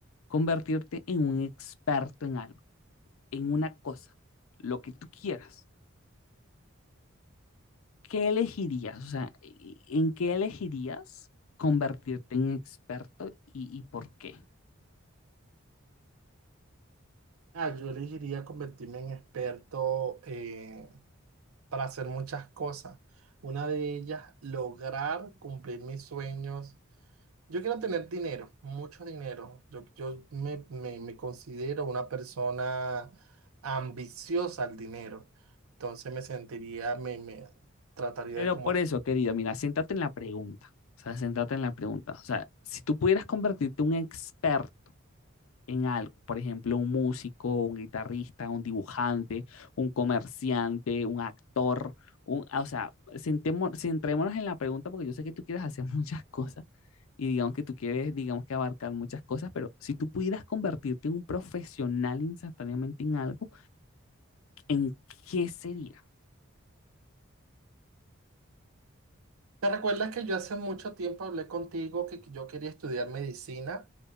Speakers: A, on the left; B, on the right.
A: convertirte en un experto en algo, en una cosa, lo que tú quieras, ¿qué elegirías? O sea, ¿en qué elegirías convertirte en experto y, y por qué?
B: Ah, yo elegiría convertirme en experto eh, para hacer muchas cosas. Una de ellas, lograr cumplir mis sueños Yo quiero tener dinero, mucho dinero. Yo, yo me, me- me considero una persona ambiciosa al dinero. Entonces me sentiría, me, me trataría
A: Pero
B: de como
A: por
B: hacer.
A: eso, querido, mira, siéntate en la pregunta. O sea, siéntate en la pregunta. O sea, si tú pudieras convertirte en un experto en algo. Por ejemplo, un músico, un guitarrista, un dibujante, un comerciante, un actor. Un, ah, o sea, sentemo- centrémonos en la pregunta porque yo sé que tú quieres hacer <laughs> muchas cosas y digamos que tú quieres, digamos que abarcar muchas cosas, pero si tú pudieras convertirte en un profesional instantáneamente en algo, ¿en qué sería?
B: ¿Te recuerdas que yo hace mucho tiempo hablé contigo que yo quería estudiar medicina?